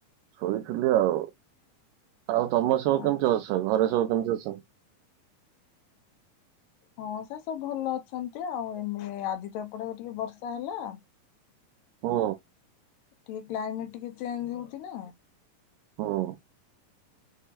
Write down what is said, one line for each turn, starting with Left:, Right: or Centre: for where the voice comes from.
Right: ଶୋଇଥିଲି ଆଉ। ଆଉ ତମର ସବୁ
Left: ଓ
Right: କେମିତି ଅଛ ଘରେ ସବୁ କେମତି ଅଛନ୍ତି?
Left: ହଁ ସାର୍ ସବୁ ଭଲ ଅଛନ୍ତି ଆଉ ମେ ଆଜି ତ ଏପଟେ ଟିକେ ବର୍ଷା ହେଲା।
Right: ହୁଁ
Left: ଟିକେ କ୍ଲାଇମେଟ ଟିକେ ଚେଞ୍ଜ ହଉଛି ନା।
Right: ହୁଁ